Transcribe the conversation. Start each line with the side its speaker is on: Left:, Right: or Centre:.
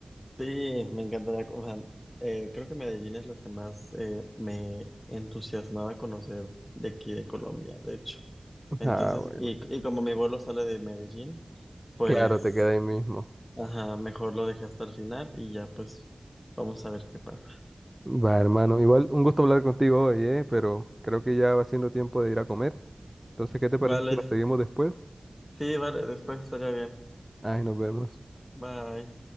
Left: Sí, me encantaría. o sea, eh, creo que Medellín es lo que más eh, me entusiasmaba conocer de aquí de Colombia, de hecho.
Centre: <laughs>
Left: Entonces,
Centre: Ah, bueno.
Left: y, y como mi vuelo sale de Medellín, pues.
Centre: Claro, te queda ahí mismo.
Left: Ajá, mejor lo dejé hasta el final y ya pues vamos a ver qué pasa.
Centre: Va, hermano. Igual, un gusto hablar contigo hoy, ¿eh? Pero creo que ya va siendo tiempo de ir a comer. Entonces, ¿qué te
Left: Vale,
Centre: parece si la seguimos después?
Left: sí, vale, después estaría bien.
Centre: Ay, nos vemos.
Left: Bye.